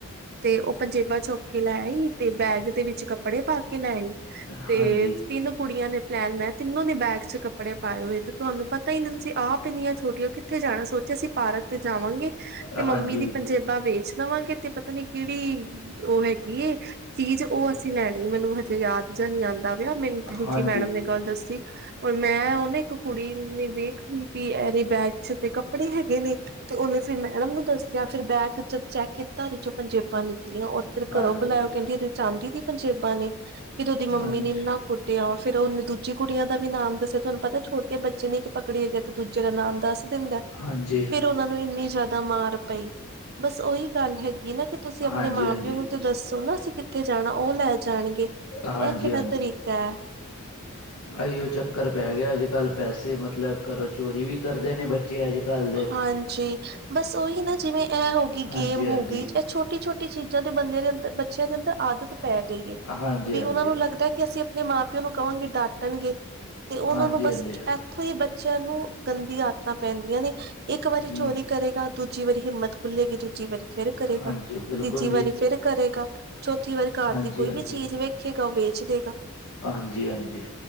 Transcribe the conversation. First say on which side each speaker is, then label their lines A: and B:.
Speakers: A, on the right (about 45°); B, on the left (about 80°).
A: ਤੇ ਉਹ ਪੰਜੇਬਾਂ ਚੁਕ ਕੇ ਲੈ ਆਈ ਤੇ ਬੈਗ ਦੇ ਵਿੱਚ ਕੱਪੜੇ ਪਾ ਕੇ ਲੈ ਆ ਤੇ
B: ਹਾਂਜੀ
A: ਤਿੰਨ ਕੁੜੀਆਂ ਨੇ ਪਲੈਨ ਬਨਾਯਾ ਤਿੰਨੋ ਨੇ ਬੈਗ ਚ ਕੱਪੜੇ ਪਾਏ ਹੋਏ ਤੇ ਤੁਹਾਨੂੰ ਪਤਾ ਹੀ ਨਹੀਂ ਤੁਸੀਂ ਆਪ ਇੰਨੀਆਂ ਛੋਟੀਆਂ ਉੱਥੇ ਜਾਣਾ ਸੋਚਿਆ ਅਸੀਂ ਪਾਰਕ ਤੇ ਜਾਵਾਂਗੇ ਤੇ
B: ਹਾਂਜੀ
A: ਮੰਮੀ ਦੀ ਪੰਜੇਬਾਂ ਵੇਚ ਦੇਵਾਂਗੇ। ਤੇ ਪਤਾ ਨੀ ਕਿਹੜੀ ਉਹ ਹੈਗੀ ਏ ਚੀਜ਼ ਉਹ ਅਸੀਂ ਲੈਣੀ ਮੈਨੂੰ ਹਜੇ ਯਾਦ ਜਾਂ ਨੀ ਆਉਂਦਾ ਆ ਮੈਨੂੰ ਦੂਜੀ
B: ਹਾਂਜੀ
A: ਮੈਡਮ
B: ਹਾਂਜੀ
A: ਨੇ ਗੱਲ ਦੱਸੀ। ਮੈਂ ਉਹਨੇ ਇੱਕ ਕੁੜੀ ਨੇ ਵੇਖ ਲਈ ਵੀ ਐਰੇ ਬੈਗ ਚ ਤੇ ਕੱਪੜੇ ਹੈਗੇ ਨੇ ਤੇ ਉਹਨੇ ਫਿਰ ਮੈਡਮ ਨੂੰ ਦੱਸਿਆ ਫਿਰ ਬੈਗ ਚ ਚੈੱਕ ਕੀਤਾ ਚੋਂ ਪੰਜੇ ਬਂਦ ਨਿਕਲੀਆਂ ਫੇਰ
B: ਹਾਂਜੀ
A: ਘਰੋਂ ਬੁਲਾਇਓ ਕਹਿੰਦੀ ਇ ਚਾਂਦੀ ਦੀ ਪੰਜੇਬਾਂ ਨੇ ਫੇਿਰ ਉਹਦੀ ਮੰਮੀ
B: ਹਾਂਜੀ
A: ਨੇ ਇੰਨਾ ਕੁੱਟਿਆ ਫੇਿਰ ਉਹਨੇ ਦੂਜੀ ਕੁੜੀਆਂ ਦਾ ਵੀ ਨਾਮ ਦੱਸੇ ਤੁਹਾਨੂੰ ਪਤਾ ਛੋਟੇ ਬੱਚੇ ਨੇ ਇੱਕ ਪਕੜੀ ਹੈਗੇ ਤੇ ਦੂਜੇ ਦਾ ਨਾਮ ਦੱਸ ਦਿੰਦਾ।
B: ਹਾਂਜੀ।
A: ਫਿਰ ਉਹਨਾਂ ਨੂੰ ਇੰਨੀ ਜ਼ਿਆਦਾ ਮਾਰ ਪਈ ਬਸ ਉਹੀ ਗੱਲ ਹੈਗੀ ਨਾ ਕਿ ਤੁਸੀਂ ਆਪਣੇ
B: ਹਾਂਜੀ
A: ਮਾਂ ਪਿਓ ਨੂੰ ਤੇ ਦੱਸੋ ਨਾ ਅਸੀਂ ਕਿ ਕੇ ਜਾਣਾ ਉਹ ਲੈ ਜਾਣਗੇ
B: ਹਾਂਜੀ
A: ਇਹ ਕਿਹੜਾ ਤਰੀਕਾ ਹੈ।
B: ਇਓ ਚੱਕਰ ਪੈ ਗਿਆ ਅੱਜ ਕੱਲ ਪੈਸੇ ਮਤਲਬ ਘਰੋਂ ਚੋਰੀ ਵੀ ਕਰਦੇ ਨੇ ਬੇ ਤੇ ਅਜ ਕਲ
A: ਹਾਂਜੀ ਬਸ ਉਹੀ ਨਾ ਜਿਵੇਂ ਇਹ ਹੋ ਗਈ
B: ਹਾਂਜੀ
A: ਗੇਮ ਹੋ
B: ਹਾਂਜੀ
A: ਗਈ ਇਹ ਛੋਟੀ, ਛੋਟੀ ਚੀਜ਼ਾਂ ਦੇ ਬੰਦਿਆਂ ਦੇ ਅੰਦਰ ਬੱਚਿਆਂ ਦੇ ਅੰਦਰ ਆਦਤ ਪੈ ਗਈ ਹੈ
B: ਹਾਂਜੀ
A: ਵੀ
B: ਹਾਂਜੀ
A: ਉਹਨਾ ਨੂੰ ਲੱਗਦਾ ਕਿ ਅਸੀਂ ਤੇ ਮਾਂ ਪਿਓ ਨੂੰ ਕਹਾਂਗੇ ਡਾਟਣਗੇ ਤੇ ਉਹਨਾਂ
B: ਹਾਂਜੀ
A: ਨੂੰ ਬਸ
B: ਹਾਂਜੀ
A: ਇੱਥੋਂ ਹੀ ਬ ਬੱਚਿਆਂ ਨੂੰ ਗੰਦੀ ਆਦਤਾਂ ਪੈਂਦੀਆਂ ਨੇ ਇੱਕ ਵਾਰੀ
B: ਹਮ
A: ਚੋਰੀ ਕਰੇਗਾ। ਦੂਜੀ ਵਾਰੀ ਹਿੰਮਤ ਖੁੱਲੇਗੀ ਦੂਜੀ ਵਾਰੀ ਫਿਰ ਕਰੇਗਾ
B: ਹਾਂਜੀ ਬਿਲਕੁਲ
A: ਤੀਜੀ
B: ਜੀ
A: ਵਾਰੀ ਫਿਰ ਕਰੇਗਾ ਚੌਥੀ ਵਾਰੀ ਘਰ
B: ਹਾਂਜੀ
A: ਦੀ ਕੋਈ
B: ਹਾਂਜੀ
A: ਵੀ ਚੀਜ਼ ਵੇਖੇਗਾ ਉਹ ਵੇਚ ਦੇਗਾ।
B: ਹਾਂਜੀ, ਹਾਂਜੀ।